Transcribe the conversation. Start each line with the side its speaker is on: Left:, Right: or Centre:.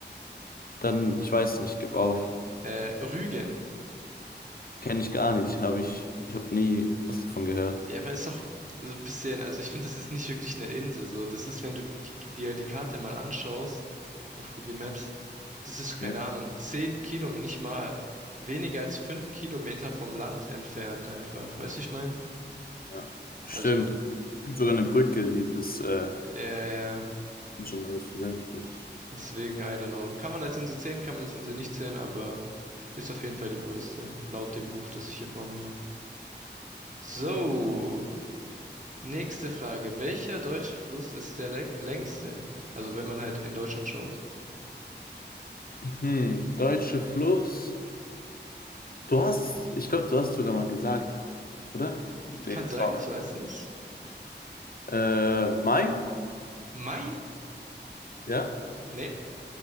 Left: Dann, ich weiß nicht, gib auf.
Right: Äh, Rügen.
Left: Kenne ich gar nicht. Habe ich, ich habe nie was davon gehört.
Right: Ja, aber ist doch so ein bisschen, also ich finde, das ist nicht wirklich eine Insel. So, das ist, wenn du die- dir die Karte mal anschaust auf Google Maps, das ist so, keine
Left: Okay.
Right: Ahnung, 10 Kilometer nicht mal. Weniger als fünf Kilometer vom Land entfernt einfach. Weißt du, ich meine?
Left: Ja. Stimmt.
Right: Also,
Left: Es gibt sogar eine Brücke, die das äh,
Right: ja, ja, ja,
Left: schon damit verbinden.
Right: deswegen, I don't know. Kann man als Insel zählen, kann man als Insel nicht zählen, aber ist auf jeden Fall die größte, laut dem Buch, das ich hier vor mir habe. So, nächste Frage. Welcher deutsche Fluss ist der lä- längste? Also, wenn man halt in Deutschland schaut.
Left: Hm, Deutsche Fluss. Du hast, ich glaube, du hast sogar mal gesagt, oder?
Right: Hm,
Left: Nee,
Right: Kann
Left: das
Right: sein,
Left: war.
Right: ich weiß nicht.
Left: Äh, Main?
Right: Main?
Left: Ja?
Right: Nee,